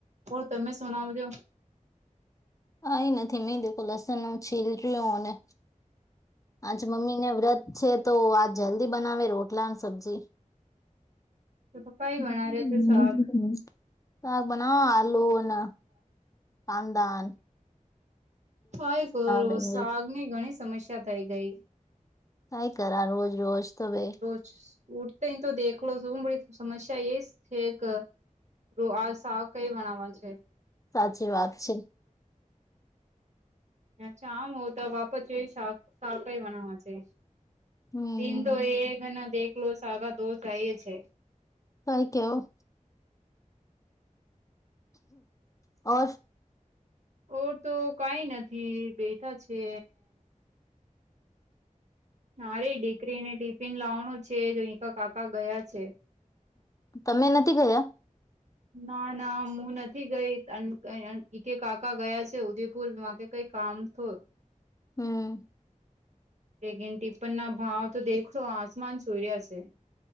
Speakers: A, on the right; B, on the left.
A: એ તમે સુના મુજ-
B: આઈ નથી. મેં લસન ન છીલ રહ્યું અને આચ મમ્મી ને વ્રત છે તો આ જલ્દી બનાવે રોટલા સબ્જી.
A: તો તો કઈ
B: હ <unintelligible>
A: વણા રહ્યા છે શાક
B: શાક બનાવો આલૂ અને કાંદા
A: કાઈ કરુ
B: ડુંગળી
A: શાકની ઘણી સમસ્યા થઈ ગઈ.
B: કાઈ કરા રોજ રોજ તો બે.
A: ઉઠતા તો દેલો છે હ બડી સમસ્યા એ જ છે એક. તો આજ શાક કઈ બનાવાનું છે?
B: સાચી વાત છે.
A: અચ્છા. આમ હો તો વાપસ એજ શાક કઈ બનાવા છે.
B: હમ
A: દિન તો એ અને દેલો સાગા દો થાય છે.
B: કઈ કેવું? ઓ.
A: ઓર તો કઈ નથી, બેઠા છે. મારે દીકરીને ટિફિન લાવાનું છે. જો ઈજા કાકા ગયા છે.
B: તમે નથી ગયા?
A: ના ના હું નથી ગઈ. એક કાકા ગયા છે ઉદયપુર. કઈ કામ થો
B: હમ્મ
A: ઇગન ટિપ્પણના ભાવ તો દેખલો આસમાન સુઇ રહ્યા શે.